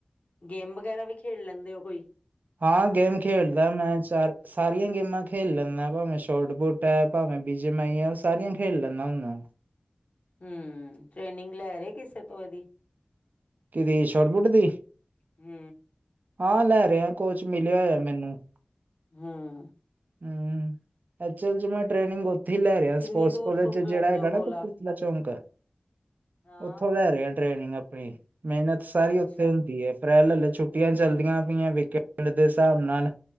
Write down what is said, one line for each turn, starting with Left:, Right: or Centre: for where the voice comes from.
Left: ਗੇਮ ਵਗੈਰਾ ਵੀ ਖੇਡ ਲੈਦੇ ਹੋ ਕੋਈ
Right: ਹਾਂ ਗੇਮ ਖੇਡਦਾ ਮੈ ਚਾਰ ਸਾਰੀਆਂ ਗੇਮਾਂ ਖੇਲ ਲੈਦਾ ਭਾਵੇਂ ਸ਼ੋਟਪੁਟ ਭਾਵੇ ਬੀਜੇ ਮੈਂ ਆ ਉਹ ਸਾਰੀਆਂ ਖੇਡ ਲੈਦਾ ਹੁਦਾ
Left: ਹਮ ਟ੍ਰੇਨਿਗ ਲੈ ਰਹੇ ਕਿਸੇ ਤੋ ਇਹਦੀ
Right: ਕਿਹਦੀ ਸ਼ੋਟਬੂਟ ਦੀ
Left: ਹੂ-
Right: ਹਾਂ ਲੈ ਰਹੇ ਆ ਕੋਚ ਮਿਲਿਆ ਹੋਇਆ ਮੈਨੂੰ
Left: ਹਮ
Right: ਹਮ ਐਚ ਐਲ ਚ ਮੈਂ ਟ੍ਰੇਨਿੰਗ ਹੋ ਲੈ ਰਿਹਾ
Left: ਕਿੰਨੀ
Right: ਸਪੋਰਟਸ
Left: ਦੂਰ
Right: ਕੋਾਲਜ
Left: ਸੁੱਟ
Right: ਚ
Left: ਲੈਂਦੇ
Right: ਜਿਹੜਾ ਹੈਗਾ
Left: ਹੋ ਗੋਲਾ?
Right: ਨਾ ਕਪੂਰਥਲਾ ਚੌਂਕ
Left: ਹਾਂ,
Right: ਉੱਥੋਂ ਲੈ ਰਹੇ ਆ ਟ੍ਰੇਨਿੰਗ ਆਪਣੀ ਮਿਹਨਤ ਸਾਰੀ
Left: ਅੱਛਾ
Right: ਉੱਥੇ ਹੁੰਦੀ ਹੈ ਅਪ੍ਰੈਲ ਛੁੱਟੀਆਂ ਚੱਲਦੀਆਂ ਪਈਆਂ ਵੀਕੈਂਡ ਦੇ ਹਿਸਾਬ ਨਾਲ